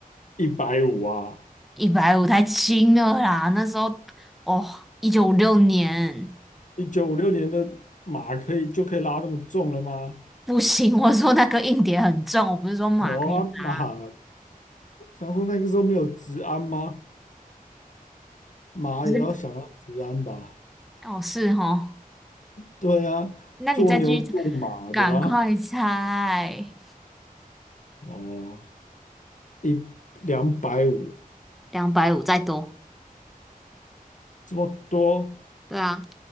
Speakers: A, on the left; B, in the centre.
A: 一百五啊，
B: 一百五太轻了啦，那时候哦，一九五六年。
A: 一九五六年的马可以就可以拉这么重了吗？
B: 不行，我说那个硬碟很重，我不是说马可以搭。
A: 哦啊马，想说那个时候没有治安吗？马也要想要治安吧？
B: 不是哦，是哦，
A: 对啊，
B: 那你再继续猜，
A: 做牛做马的啊，
B: 赶快猜。
A: 哦，一两百五
B: 两百五再多，
A: 这么多，
B: 对啊，